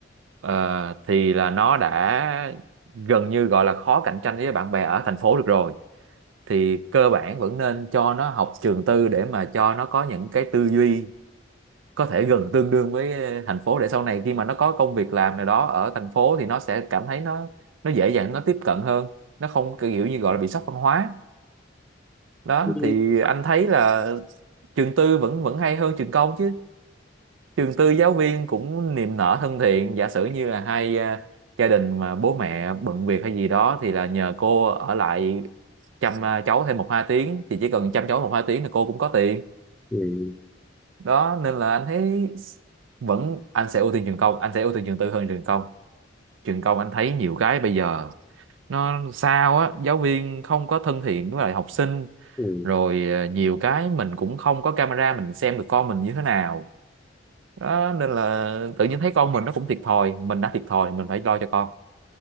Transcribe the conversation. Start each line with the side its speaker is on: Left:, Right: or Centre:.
Right: ờ, thì là nó đã gần như gọi là khó cạnh tranh với bạn bè ở thành phố được rồi thì cơ bản vẫn nên cho nó học trường tư để mà cho nó có những cái tư duy có thể gần tương đương với ờ, thành phố để sau này khi mà nó có công việc làm nào đó ở thành phố thì nó sẽ cảm thấy nó nó dễ dàng nó tiếp cận hơn nó không kiểu như gọi là bị sốc văn hóa đó
Centre: Ừ.
Right: thì anh thấy là trường tư vẫn vẫn hay hơn trường công chứ trường tư giáo viên cũng niềm nở thân thiện giả sử như là hai à, gia đình mà bố mẹ bận việc hay gì đó thì là nhờ cô ở lại chăm à, cháu thêm một hai tiếng thì chỉ cần chăm cháu một hai tiếng là cô cũng có tiền
Centre: Ừ.
Right: đó nên là anh thấy vẫn anh sẽ ưu tiên trường công anh sẽ ưu tiên trường tư hơn trường công trường công anh thấy nhiều cái bây giờ nó sao á giáo viên không có thân thiện với lại học sinh
Centre: Ừ.
Right: rồi à, nhiều cái mình cũng không có camera mình xem được con mình như thế nào đó nên là tự nhiên thấy con mình nó cũng thiệt thòi mình đã thiệt thòi mình phải lo cho con